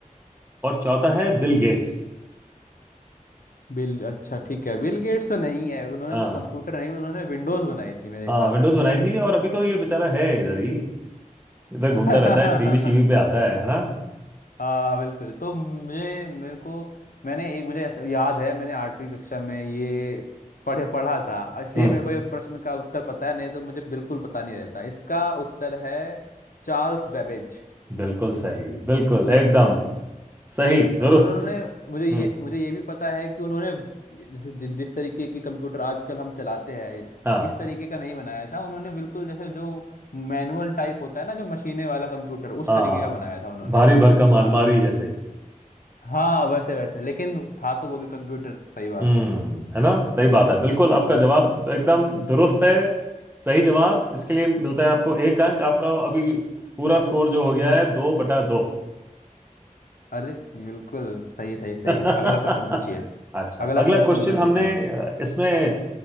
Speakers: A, on the right; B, on the left.
A: और चौथा है बिल गेट्स
B: बिल अच्छा ठीक है बिल गेट्स तो नहीं है उन्होंने
A: हाँ
B: तो कंप्यूटर नहीं उन्होंने विंडोज बनाई थी मेरे
A: हाँ
B: हिसाब
A: विंडोज
B: से
A: बनाई
B: जो
A: थी और अभी तो ये बेचारा है इधर ही इधर
B: <laughs>
A: घूमता रहता है टीवी शीवी पे आता है है ना
B: हाँ बिल्कुल तो मुझे मेरे को मैंने एक मुझे ऐसा याद है मैंने आठवीं कक्षा में ये पढ़े पढ़ा था इसलिए
A: हम्म
B: मेरे को ये प्रश्न का उत्तर पता है नहीं तो मुझे बिल्कुल पता नहीं रहता इसका उत्तर है चार्ल्स बेबेज
A: बिल्कुल सही बिल्कुल एकदम सही दुरुस्त
B: और उन्होंने मुझे ये
A: हम्म
B: मुझे ये भी पता है कि उन्होंने जैसे जि, जिस तरीके की कंप्यूटर आजकल हम चलाते हैं
A: हाँ
B: इस तरीके का नहीं बनाया था उन्होंने बिल्कुल जैसे जो मैनुअल टाइप होता है ना जो मशीने वाला कंप्यूटर उस
A: हाँ
B: तरीके का बनाया था उन्होंने
A: भारी भरकम
B: हाँ
A: अलमारी जैसे
B: हाँ वैसे वैसे लेकिन था तो वो भी कंप्यूटर सही बात
A: हम्म
B: है
A: है ना सही बात है बिल्कुल
B: ये था
A: आपका
B: बिल्कुल
A: जवाब एकदम दुरुस्त है सही जवाब इसके लिए मिलता है आपको एक अंक आपका अभी पूरा स्कोर जो हो गया है दो बटा दो
B: अरे बिल्कुल सही सही सही
A: <laughs>
B: अगला क्वेश्चन पूछिए
A: अच्छा
B: अगला
A: अगला
B: प्रश्न
A: क्वेश्चन
B: जल्दी
A: हमने
B: से
A: अ, इसमें